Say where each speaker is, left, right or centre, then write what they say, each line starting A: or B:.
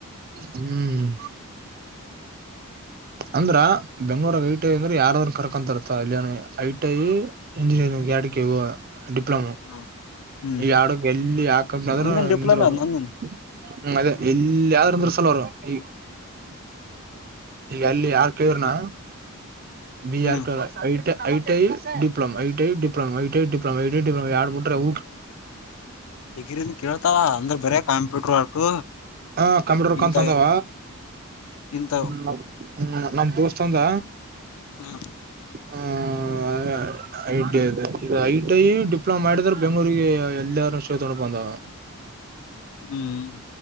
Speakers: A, on the right (about 40°); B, on the left (about 70°).
A: ಹ್ಮ್ ಅಂದ್ರ ಬೆಂಗ್ಳೂರ್ಗ್ ಐಟಿಐ ಅಂದ್ರೆ ಯಾರಾದ್ರ ಕರ್ಕಂತತ ಇಲ್ಲಿ ಐ ಟಿ ಐ ಇಂಜಿನಿಯರಿಂಗ್ ಗಾಡ್ಕವ ಡಿಪ್ಲೊಮ
B: ಹ್ಮ್ ಹ್ಮ್
A: ಈಗ ಆಡಕ್ ಎಲ್ಲಿ ಯಾಕಂಬಾದ್ರೂ
B: ನಂದನ್ ಡಿಪ್ಲೊಮೆ
A: ನಿಂದ್ರಾಗ
B: ಅದ್ ನಂದನ್
A: ಹ್ಮ್ ಅದೇ ಎಲ್ಲಯ್ದ್ರ ಅಂದ್ರ ಸಲರು ಈ ಈಗ ಅಲ್ಲಿ ಯಾರ್ ಕೇಳ್ರನಾ ಬಿ
B: ಹ್ಮ್
A: ಯಾರ್ ಕ I T I ITI diploma ITI diploma ITI diploma ಐ ಪ್ಲಮ ಯಾರ್ ಬಿಟ್ರೆಊ
B: ಡಿಗ್ರಿ ದ ಕೇಳ್ತಾವ ಅಂದ್ರ ಬರೇ ಕಾಂಪ್ಯೂಟರ್ ವರ್ಕ್
A: ಹ ಕಂಪ್ಯೂಟರ್ ಕಲ್ತವ
B: ಇಂತ
A: ಅಂದಾವ
B: ಇಂತ
A: ಹ್ಮ್ ಹ್ಮ್ ನಮ ದೋಸ್ತ ಅದ
B: ಹಾ
A: ಹ್ಮ ಐ ಟಿ ಇದೆ ಇದು ಐ ಟಿ ಡಿಪ್ಲೊಮಾ ಮಾಡಿದ್ರ ಬೆಂಗಗಳೂರಿಗೆ ಎಲ್ಲಾರು ಶ ತೊಂಡ ಬಂದವ
B: ಹ್ಮ್